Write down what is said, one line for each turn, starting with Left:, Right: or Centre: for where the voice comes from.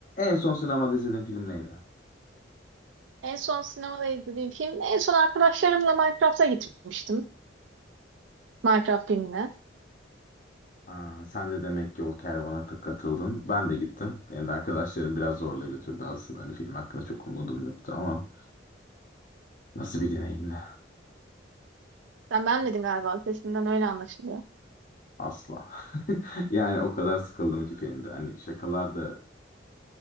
Left: En son sinemada izlediğin film neydi?
Right: En son sinemada izlediğim film, en son arkadaşlarımla Minecraft'a gitmiştim. Minecraft filmine.
Left: Ha, sen de demek ki o kervana ta- katıldın. Ben de gittim. Benim de arkadaşlarım biraz zorla götürdü aslında. Hani film hakkında çok umudum yoktu ama nasıl bir deneyimdi?
Right: Sen beğenmedin galiba, sesinden öyle anlaşılıyor.
Left: Asla. <laughs> Yani o kadar sıkıldım ki filmde. Hani şakalar da